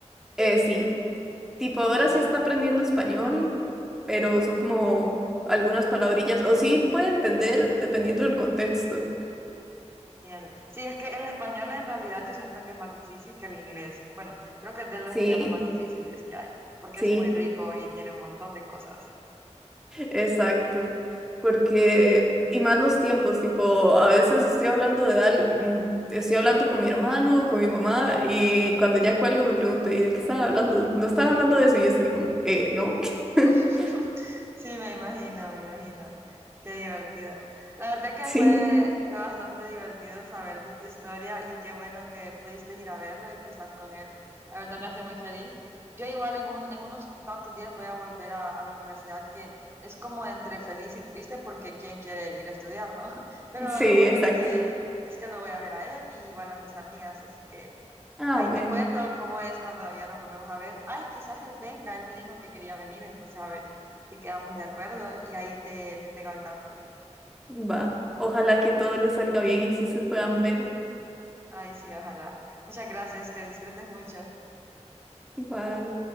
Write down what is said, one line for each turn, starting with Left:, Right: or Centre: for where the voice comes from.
Centre: Eh, sí, tipo ahora
Right: Y
Centre: sí está aprendiendo español,
Right: ujú,
Centre: pero son como algunas palabrillas, o sí puede entender dependiendo del contexto.
Right: entiendo. Sí, es que el español en realidad yo siento que es más difícil que el inglés. Bueno, creo que es de los
Centre: Sí,
Right: idiomas más difíciles que hay, porque
Centre: sí.
Right: es muy rico y tiene un montón de cosas.
Centre: Exacto, porque, y más los tiempos, tipo, a veces estoy hablando de al mm, estoy hablando con mi hermano, con mi mamá, y cuando ya cuelgo me pregunto, ¿y de qué están hablando? No están hablando de eso, y yo estoy como, eh, ¿no? <laughs>
Right: <laughs> Sí, me imagino, me imagino. Qué divertido. La verdad que
Centre: Sí,
Right: fue, fue bastante divertido saber de tu historia y qué bueno que pudiste ir a verlo y que estás con él. La verdad me hace muy feliz. Yo igual en un, en unos tantos días voy a volver a, a la universidad, que es como entre feliz y triste porque quién quiere ir a estudiar, ¿no? <laughs> Pero
Centre: sí,
Right: lo bueno
Centre: exacto.
Right: es que es que lo voy a ver a él y igual a mis amigas, así que
Centre: Ah,
Right: Ahí
Centre: bueno,
Right: te cuento cómo es cuando ya nos volvemos a ver. Ay, quizás él venga, él me dijo que quería venir, entonces a ver si quedamos de acuerdo y ahí te, te tengo al tanto.
Centre: va. Ojalá que todo les salga bien y si se puedan ver
Right: Ay, sí, ojalá. Muchas gracias, que disfrutes mucho.
Centre: igual.